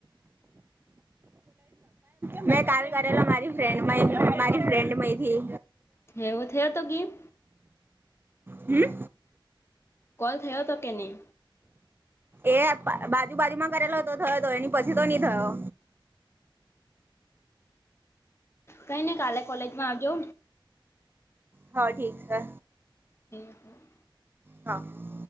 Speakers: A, on the right (about 25°); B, on the left (about 30°).
A: <inaudible> મે કાલ કરેલા મારી ફ્રેન્ડ મારી ફ્રેન્ડમયથી.
B: હેવો થયા તો ગીપ
A: હમ્મ
B: કોલ થયો હતો કે નઈ?
A: એ બાજુ બાજુમાં કરેલો તો થયો હતો એની પછી તો નઈ થયો.
B: કઈ ની કાલે કોલેજમાં આવજો
A: હા ઠીક છે.
B: હમ્મ.
A: હા